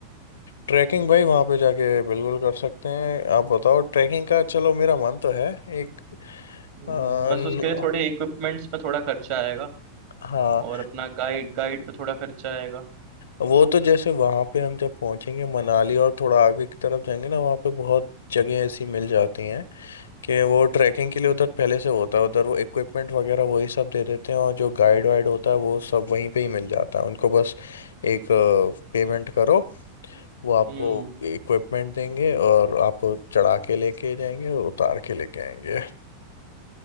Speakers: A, on the left (about 65°); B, on the right (about 50°).
A: ट्रैकिंग भाई वहाँ पे जाके बिल्कुल कर सकते हैं आप बताओ ट्रैकिंग का चलो मेरा मन तो है एक
B: हम्म,
A: अ,
B: बस
A: न-
B: उसके लिए थोड़े इक्विपमेंट्स में थोड़ा खर्चा आएगा
A: हाँ
B: और अपना गाइड गाइड पे थोड़ा खर्चा आएगा
A: वो तो जैसे वहाँ पे हम जब पहुँचेंगे मनाली और थोड़ा आगे की तरफ जाएंगे ना वहाँ पे बहुत जगह ऐसी मिल जाती हैं कि वो ट्रैकिंग के लिए उधर पहले से होता है उधर वो इक्विपमेंट वगैरह वही सब दे देते हैं और जो गाइड वाइड होता है वो सब वहीं पे ही मिल जाता है उनको बस एक पेमेंट करो वो आपको
B: हम्म
A: इक्विपमेंट देंगे और आपको चढ़ा के लेके जाएंगे और उतार के लेके आएंगे